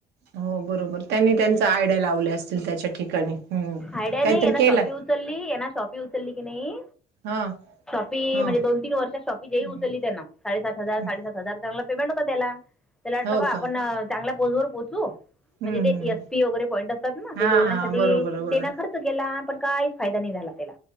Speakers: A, on the right (about 85°); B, in the centre.
A: हो बरोबर त्यांनी त्यांचा आयड्या लावल्या असतील, त्याच्या ठिकाणी. हम्म
B: आयड्या
A: काहीतरी
B: नई याना
A: केलं
B: शॉपि उचलली, येना शॉपी उचलली की नाही
A: हा
B: शॉपी,
A: हा
B: म्हणजे दोन तीन वर्षात शॉपी जे
A: हम्म,
B: उचलली त्यांना. साडेसात हजार
A: हम्म.
B: साडेसात हजार चांगला पेमेंट होता त्याला. त्याला वाटलं
A: हो
B: बा आपण
A: का
B: चांगल्या पोझ वर पोचू,
A: हम्म
B: म्हणजे
A: हम्म
B: ते
A: हम्म.
B: एस पी वगैरे पॉईंट असतात ना ते
A: हा
B: जोडण्यासाठी
A: हा बरोबर बरं
B: तेनं खर्च केला, पण काहीच फायदा नाही झाला त्याला.